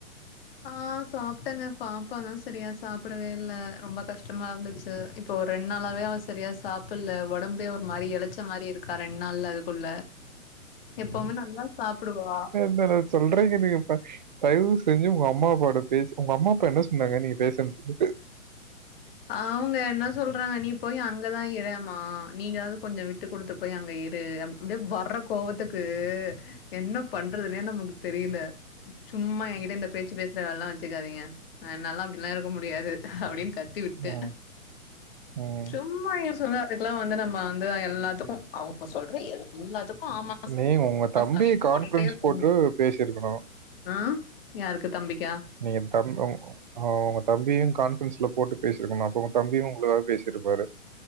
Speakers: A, on the left; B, on the right.
A: ஆ சாப்ட்டங்க பாப்பதா சரியா சாப்டவே இல்ல ரொம்ப கஷ்டமா இருந்துச்சு இப்ப ஒரு ரெண் நாளாவே அவ சரியா சாப்புல்ல ஒடம்பே ஒரு மாரி எலச்ச மாரி இருக்கா ரெண் நாள்ல அதுக்குள்ள எப்பவுமே நல்லா சாப்டுவா
B: என்னென சொல்றிங்க நீங்க ப தயவு செஞ்சு உங்க அம்மா அப்பாவோட பேசு உங்க அம்மா அப்பா என்ன சொன்னாங்க நீங்க பேசுறதுக்கு
A: அவங்க என்ன சொல்றாங்க நீ போய் அங்கதா இரேமா நீங்களாவது கொஞ்ச விட்டு குடுத்து போய் அங்க இரு அப் டியே வர்ற கோவத்துக்கு என்ன பண்றதுனே நமக்கு தெரில சும்மா எங்கிட்ட இந்த பேச்சு பேசுற வேலல வெச்சுக்காதிங்க நா என்னால்லா அப்டிலா இருக்க முடியாது அப்டின்னு கத்தி விட்டே
B: ம், ம்.
A: சும்மா அதுக்கெலா வந்து நம்ம வந்து எல்லாத்துக்கு அவுங்க சொல்ற எல்லாத்துக்கு ஆமா
B: நீ உங்க
A: ஆமா
B: தம்பிய
A: சாமி
B: கான்ஃபிரன்ஸ்
A: போட்டுட்டே போணு
B: போட்டு பேசிருக்கணு
A: ஆ யாருக்கு தம்பிக்கா
B: நீங்க தம் உங் அவுங்க உங்க தம்பியு கான்ஃபரன்ஸ்ல போட்டு பேசிருக்கணு அப்ப உங்க தம்பியு உங்களுக்காக பேசிருப்பாரு